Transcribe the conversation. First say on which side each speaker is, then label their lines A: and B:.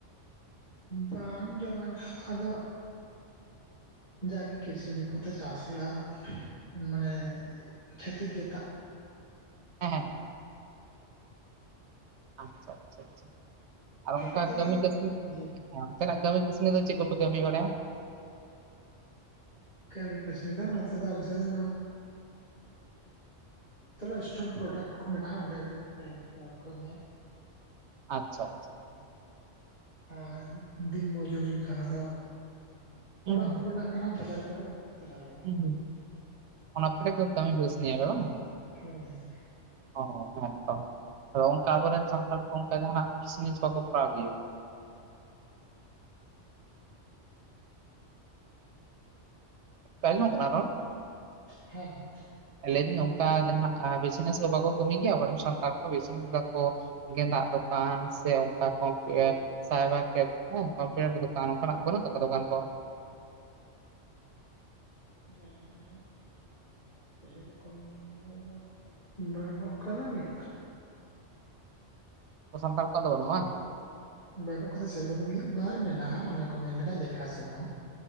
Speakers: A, on the left; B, on the right.
A: ᱵᱟᱝ ᱡᱚᱢᱟᱱ ᱟᱫᱚ ᱡᱟᱜᱮ ᱠᱨᱥᱟᱱᱤ ᱠᱚᱛᱮ ᱪᱟᱥ ᱦᱩᱭᱩᱜᱼᱟ ᱢᱟᱱᱮ ᱠᱷᱮᱛᱤᱠ ᱡᱟ. ᱛᱟᱜ
B: ᱦᱮᱸᱸ <unintelligible> ᱟᱪᱪᱷᱟ ᱟᱪᱪᱷᱟ ᱟᱨ ᱚᱱᱠᱟ
A: ᱠᱟᱛᱮ
B: ᱠᱟᱹᱢᱤ
A: ᱟᱫᱚ
B: ᱠᱟᱹᱥᱱᱤ
A: ᱡᱮ
B: ᱦᱮᱸ ᱚᱱᱛᱮ ᱱᱟᱜ ᱠᱟᱹᱢᱤ ᱠᱟᱥᱱᱤ ᱫᱚ ᱪᱮᱫ ᱠᱚᱯᱮ ᱠᱟᱹᱢᱤ ᱵᱟᱲᱟᱭᱟ
A: ᱠᱟᱢᱤ ᱠᱟᱹᱥᱱᱤ ᱫᱚ ᱱᱚᱛ ᱫᱚ ᱟᱞᱮ ᱥᱮ ᱫᱚ ᱛᱟᱦᱚᱞᱚ ᱮᱥᱴᱮᱱ ᱯᱨᱳᱰᱟᱠᱴ ᱠᱚ ᱢᱮᱱᱟᱜᱼᱟ ᱚᱸᱰᱮ ᱜᱮ ᱵᱮ ᱠᱚ ᱠᱟᱹᱢᱮᱭᱟ
B: ᱟᱪᱪᱷᱟ ᱟᱪᱪᱷᱟ ᱟᱪᱪᱷᱟ
A: ᱟᱨ ᱫᱤᱱ ᱢᱚᱡᱩᱨᱤ ᱡᱟᱦᱟᱸ ᱫᱚ
B: ᱦᱩᱸ
A: ᱚᱲᱟᱜ ᱠᱚ ᱢᱮᱱᱟᱜ᱾ ᱠᱟᱱᱟ ᱵᱟᱡᱟᱨ ᱠᱚᱨᱮ ᱚᱱᱛᱮ ᱪᱞᱟᱜ ᱦᱩᱭᱩᱜᱼᱟ <unintelligible>
B: ᱦᱩᱸ ᱚᱱᱟ <unintelligible> ᱵᱟᱝ
A: ᱦᱳᱭ ᱦᱳᱭ
B: ᱚ ᱦᱮᱸ ᱛᱚ ᱟᱫᱚ ᱚᱱᱠᱟ ᱟᱵᱚᱨᱮᱱ ᱥᱟᱱᱛᱟᱲ ᱠᱚ ᱚᱱᱠᱟ ᱡᱟᱦᱟᱱᱟᱜ ᱠᱤᱥᱢᱤᱥ ᱵᱟᱠᱚ ᱠᱚᱨᱟᱣ ᱜᱮᱭᱟ᱾ ᱚᱱᱠᱟ ᱟᱸᱡᱚᱢᱚᱜ ᱠᱟᱱᱟ ᱨᱚᱲ
A: ᱦᱮᱸ
B: ᱞᱟᱹᱭᱫᱟᱹᱧ ᱚᱱᱠᱟ ᱡᱟᱦᱱᱟᱜ ᱵᱤᱡᱱᱮᱥ ᱫᱚ ᱵᱟᱠᱚ ᱠᱟᱹᱢᱤ ᱜᱮᱭᱟ ᱟᱵᱚᱨᱮᱱ ᱥᱟᱱᱛᱟᱲ ᱠᱚ ᱵᱤᱡᱱᱮᱥ ᱵᱟᱠᱚ ᱜᱮᱸᱫᱟᱜ ᱫᱚᱠᱟᱱ ᱥᱮ ᱚᱱᱠᱟ ᱠᱚᱢᱯᱤᱭ ᱥᱟᱭᱵᱟᱨ ᱠᱮᱯ ᱠᱚᱢᱯᱤᱭᱩᱴᱟᱨ ᱫᱚᱠᱟᱱ ᱚᱱᱠᱟᱱᱟᱜ ᱵᱟᱹᱱᱩᱜ ᱛᱟᱠᱚᱣᱟ ᱫᱚᱠᱟᱱ ᱠᱚ
A: ᱦᱮᱸ ᱥᱮᱨᱚᱠᱚᱢ ᱫᱚ ᱵᱟᱹᱱᱩᱜ ᱟᱠᱟᱫᱟ ᱢᱤᱫ ᱵᱟᱨ
B: ᱥᱟᱱᱛᱟᱲ ᱠᱚᱲᱟ ᱫᱚ ᱵᱟᱱᱩᱜᱼᱟ ᱵᱟᱝ
A: ᱵᱟᱹᱱᱩᱜ ᱠᱟᱫᱟ ᱥᱮᱨᱚᱠᱫᱚ ᱢᱤᱫ ᱵᱟᱨ ᱢᱮᱱᱟᱜᱼᱟ ᱚᱱᱟ ᱠᱚ ᱢᱮᱱ ᱞᱮᱠᱷᱟᱱ ᱞᱮᱠᱷᱟ ᱥᱩᱢᱩᱝ